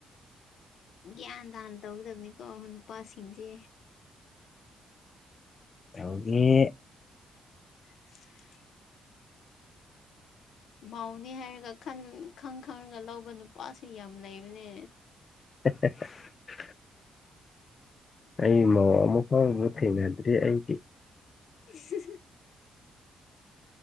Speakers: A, on the left; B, on the left.
A: ꯒ꯭ꯌꯥꯟ ꯇꯟ ꯇꯧꯒꯗꯕꯅꯤꯀꯣ ꯅꯨꯄꯥꯁꯤꯡꯁꯦ
B: ꯇꯧꯒꯤ
A: <unintelligible> ꯃꯥꯎꯅꯤ ꯍꯥꯏꯔꯒꯟ ꯈꯪ ꯈꯪꯉꯒ ꯂꯧꯕ ꯅꯨꯄꯥꯁꯤ ꯌꯥꯝ ꯂꯩꯕꯅꯦ
B: <unintelligible> ꯑꯩ ꯃ ꯑꯃꯨ ꯐꯥꯎ ꯊꯦꯡꯃꯦꯗ꯭ꯔꯤ ꯑꯩꯗꯤ
A: ꯎ